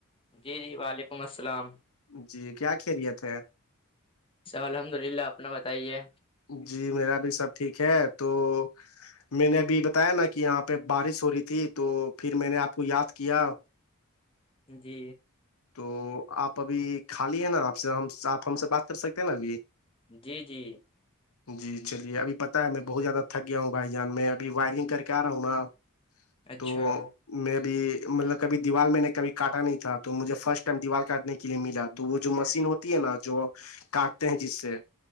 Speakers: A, on the left; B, on the left.
A: جی جی وعلیکم السلام
B: جی کیا خیریت ہے
A: سر الحمد للہ اپنا بتائیے
B: جی میرا بھی سب ٹھیک ہے تو میں نے ابھی بتایا نا کہ یہاں پہ بارش ہو رہی تھی تو پھر میں نے آپ کو یاد کیا
A: جی
B: تو آپ ابھی خالی ہے نا آپ سے ہم آپ ہم سے بات کر سکتے ہیں نا ابھی
A: جی جی
B: جی چلیے ابھی پتا ہے میں بہت زیادہ تھک گیا ہوں بھائی جان میں ابھی وائرنگ کر کے آ رہا ہوں نا
A: اچھا
B: تو میری مطلب کبھی دیوار میں نے کبھی کاٹا نہیں چاہتا تو مجھے فرسٹ ٹائم دیوار کاٹنے کے لیے ملا تو وہ جو مشین ہوتی ہے نا جو کاٹتے ہیں جس سے